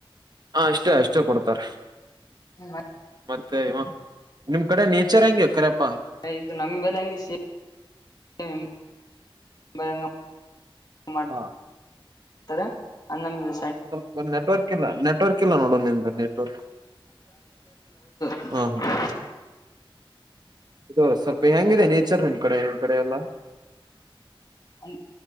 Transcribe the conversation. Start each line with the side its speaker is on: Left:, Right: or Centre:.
Right: ಹ ಅಷ್ಟೇ ಅಷ್ಟೇ ಕೊಡ್ತಾರೆ.
Left: ಹ್ಮ.
Right: ಮತ್ತೆ ಇವ ನಿಮ್ ಕಡೆ ನೇಚರ್
Left: ಮತ್ತೆ
Right: ಹೆಂಗೆ ಕರೆಪ್ಪಾ.
Left: ಇದು ನಮ್ಮ ಬೆಲೆ ಹಂಗೆ. <unintelligible> ಮಾಡ್ತಾರ
Right: ಹಾ
Left: ಅದ ನಮ್ಗ.
Right: ಸ್ವಲ್ಪ ನೆಟ್ವರ್ಕ್ ಇಲ್ಲ ನೆಟ್ವರ್ಕ್ ಇಲ್ಲ ನೋಡು ನಿಂದು ನೆಟ್ವರ್ಕ್
Left: <unintelligible>
Right: ಹ ಇದು
Left: ಹ್ಮ್
Right: ಸ್ವಲ್ಪ ಹೆಂಗಿದೆ
Left: ನೆಟ್ವರ್ಕ್
Right: ನೇಚರ್ ನಿನ್ ಕಡೆ ನಿಮ್ಮ ಕಡೆ ಎಲ್ಲಾ.
Left: ಹ